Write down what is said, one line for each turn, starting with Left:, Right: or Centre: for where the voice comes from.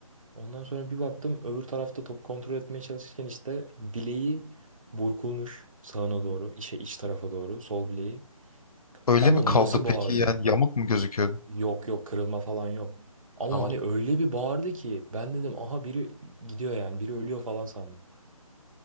Right: Ondan sonra bir baktım öbür tarafta top kontrol etmeye çalışırken işte bileği burkulmuş sağına doğru, işe iç tarafa doğru sol bileği.
Left: Öyle
Right: Ama
Left: mi kaldı
Right: nasıl bağırıyor?
Left: peki yani yamuk mu gözüküyordu?
Right: Yok yok kırılma falan yok. Ama
Left: Tamam.
Right: hani öyle bir bağırdı ki ben dedim aha biri gidiyor yani biri ölüyor falan sandım.